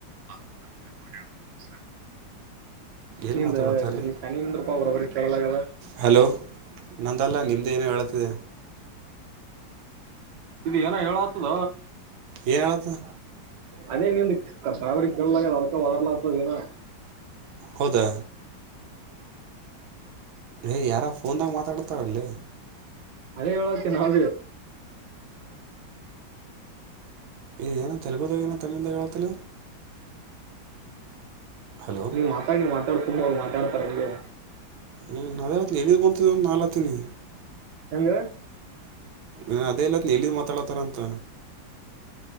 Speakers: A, on the right; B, on the right.
A: ನ ಮಳೆ ದ
B: ಏನು
A: ನಿಂದ
B: ಮಾತಾಡತ್ತಾರೆ
A: ನೀ ಶನಂದ್ರಪ್ಪ ಅವ್ರ ಅವ್ರ ಕೇಳಲಾಗದ
B: ಹಲೋ ನಂದಲ್ಲ ನಿಮ್ದೇ ಏನೇ ಹೇಳತಿದೆ
A: ಇದು ಏನ ಹೇಳತದ
B: ಹ ಹಳದು
A: ಅದೇ ನೀಂದು ಬಾಬರಿ ಕೇಳಲಾಗ ಅದಕ್ಕ ಒದರ್ಲ ಆಗ್ತದ ನ
B: ಹೌದಾ ಏ್ ಯಾರ ಫೋನ್ದಾಗ ಮಾತಾಡ್ತಾರಲ್ಲಿ
A: ಅದೇ ಹೇಳಕ್ಕೆ ನಾವ
B: ಈ ಏನೋ ತೆಲುಗುದಾಗ ಏನೋ ತಮಿಳದಾಗ ಹೇಳತಿಲ್ಲ ಹಲೋ
A: ನೀವ್ ಮಾತಾಡಿ ನೀವ್ ಮಾತಾಡ್ ತುಂಬ ಅವ್ರು ಮಾತಾಡ್ತಾರಂಗ
B: ಹ್ಮ್ ನಾವ ಎಲ್ಲಿಿದ್ ಬಂತ ನಾ ಹತೀನಿ
A: ಹೆಂಗ
B: ನ ಅದೇ ಇಲ್ಲತ್ ಎಲ್ಲಿಿದ್ ಮಾತಾಡತಾರಂತ